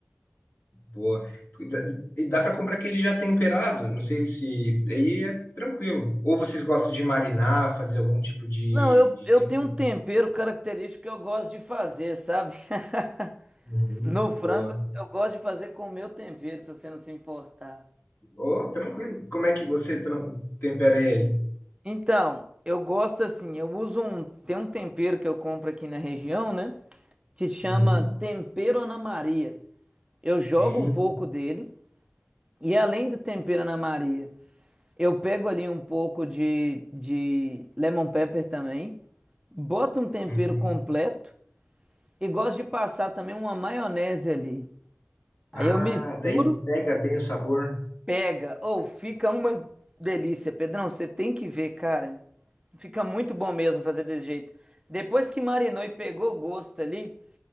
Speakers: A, on the left; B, on the right.
A: Boa. E dá, e dá para comprar aquele já temperado, não sei se. Aí é tranquilo. Ou vocês gostam de marinar, fazer algum tipo de,
B: Não, eu,
A: de
B: eu
A: tempero?
B: tenho um tempero característico que eu gosto de fazer, sabe? <laughs>
A: Uhum,
B: No frango,
A: boa.
B: eu gosto de fazer com o meu tempero, se você não se importar.
A: Ou tranquilo. Como é que você tran- tempera ele?
B: Então, eu gosto assim, eu uso um, tem um tempero que eu compro aqui na região, né? Que chama
A: Uhum.
B: tempero Ana Maria. eu jogo
A: Hum,
B: um pouco dele. E além do tempero Ana Maria, eu pego ali um pouco de, de lemon pepper também. Boto um tempero
A: uhum.
B: completo e gosto de passar também uma maionese ali. Aí
A: Ah,
B: eu misturo,
A: daí pega bem o sabor.
B: pega. Ou fica uma delícia. Pedrão, você tem que ver, cara. Fica muito bom mesmo fazer desse jeito. Depois que marinou e pegou o gosto ali,